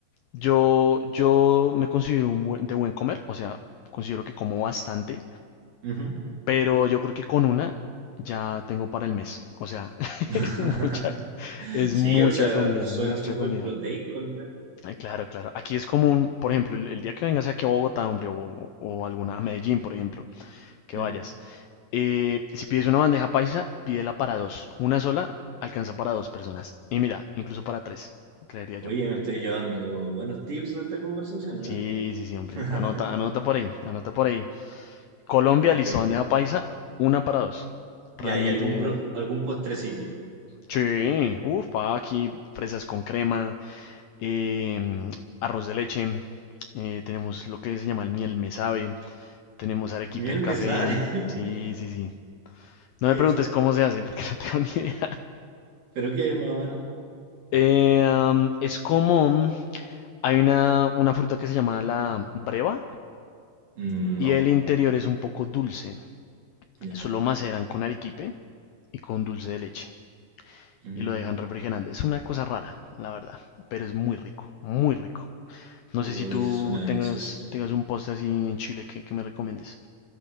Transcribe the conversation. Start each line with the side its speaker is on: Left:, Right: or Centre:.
Left: yo, yo me considero un buen- de buen comer, o sea, considero que como bastante,
Right: Ujú.
Left: pero yo creo que con una ya tengo para el mes. O sea, <laughs>
Right: <laughs>
Left: es mucha, es
Right: Sí,
Left: mucha
Right: o sea,
Left: comida,
Right: suena
Left: mucha
Right: súper
Left: comida.
Right: proteico al menos.
Left: Ay, claro, claro. Aquí es común, por ejemplo, el, el día que vengas aquí a Bogotá, hombre, o, o alguna, a Medellín, por ejemplo, que
Right: Ya.
Left: vayas. eh, si pides una bandeja paisa, pídela para dos. Una sola alcanza para dos personas. Y mira, incluso para tres, creería yo.
Right: Oye, me estoy llevando buenos tips de esta conversación,
Left: Sí,
Right: ¿eh?
Left: sí, sí, hombre.
Right: <laughs>
Left: Anota, anota por ahí, anota por ahí. Colombia,
Right: Perfecto.
Left: listo, bandeja paisa, una para dos. Realmente,
Right: ¿Y hay algún, pro- algún postrecito?
Left: sí, uff, pa, aquí, fresas con crema, em, arroz de leche, eh, tenemos lo que se llama el miel me sabe, Tenemos arequipe
Right: ¿Miel
Left: de
Right: mesar?
Left: café.
Right: <laughs>
Left: Sí, sí, sí.
Right: ¿Qué
Left: No me preguntes
Right: es eso?
Left: cómo se hace, porque <laughs> no tengo ni idea.
Right: ¿Pero qué es más o menos?
Left: Eh, am, es como, hay una, una fruta que se llama la breva
Right: Mm,
Left: y
Right: No,
Left: el interior es un poco dulce.
Right: ya.
Left: Eso lo maceran con arequipe y con dulce de leche
Right: Mm,
Left: y lo dejan refrigerando. Es una cosa rara, la verdad, pero es muy rico, muy rico. No
Right: uy,
Left: sé si tú
Right: suena delicioso.
Left: tengas, tengas un postre así en Chile que, que me recomiendes.